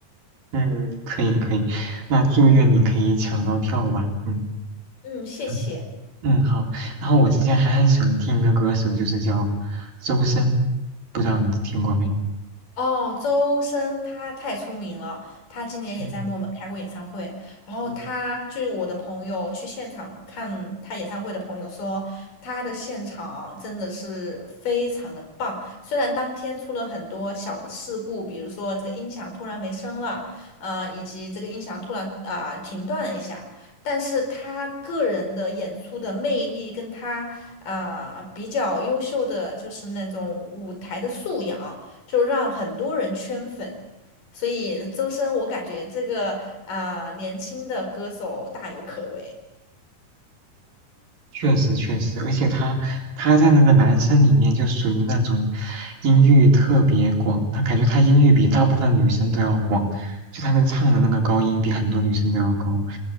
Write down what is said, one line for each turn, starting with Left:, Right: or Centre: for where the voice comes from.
Right: 嗯，可以可以，那祝愿你可以抢到票吧。嗯
Left: 嗯，谢谢。
Right: <laughs> 嗯，好。然后我之前还很喜欢听一个歌手，就是叫周深，不知道你听过没？
Left: 哦，周深他太出名了，他今年也在墨尔本开过演唱会。
Right: 嗯。
Left: 然后他，
Right: 嗯
Left: 据我的朋友去现场看他演唱会的朋友说，他的现场真的是非常的棒。虽然当天出了很多小的事故，比如说这个音响突然没声了，呃，以及这个音响突然啊、呃停断了一下，但是他个人的演出的魅力跟他啊、呃比较优秀的就是那种舞台的素养。就让很多人圈粉。所以周深，我感觉这个啊、年轻的歌手大有可为。
Right: 确实确实，而且他他在那个男生里面就属于那种音域特别广，他感觉他音域比大部分女生都要广，就他能唱的那个高音比很多女生都要高，